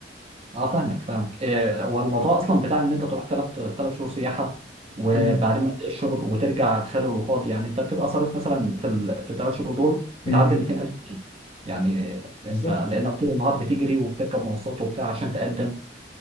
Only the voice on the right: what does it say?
اه فاهمك فاهمك إيه، هو الموضوع اصلا بتاع ان انت تروح ثلاث ثلاث شهور سياحه وبعدين
ما تلاقيش شغل وترجع خالي وفاضي يعني انت بتبقى صارف مثلا في ال... في الثلاث شهور دول بتعدي
ال 200000 جنيه يعني انت
لانك طول النهار بتجري وبتركب مواصلات وبتاع عشان تقدم